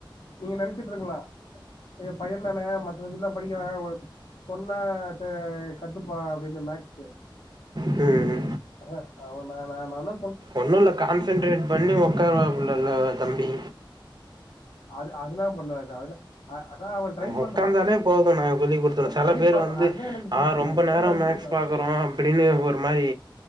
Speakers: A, on the left; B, on the right.
A: நீங்க நெனச்சிட்டுருக்களா எங்க பைய தானே மத்த இதுல்லாம் படிக்க வ சொன்னா க கத்துப்பா அப்டின்னு கரெக்டு
B: சேரி
A: ஆ அவ நா நா நா என்ன
B: ஒண்ணு இல்ல கான்சன்ட்ரேட் பண்ணி உக்காரப்புலல தம்பி
A: அது அதெல்லா பண்ணாது அதென்ன அதா அவ ட்ரை பண்றான்
B: ஒக்காந்தாலே போதுனா சொல்லிகுடுத்துடுவ
A: அவன்
B: செலோ
A: ட்ரை
B: பேர்
A: பண்றான்
B: வந்து
A: அதுதான் எனக்கு பிடிச்சது
B: ஆ ரொம்ப
A: இல்ல
B: நேர
A: நான் விட்டுருப்பேன்
B: மேக்ஸ் பாக்குரோ அப்டின்னு கேக்கற்கு ஒரு மாரி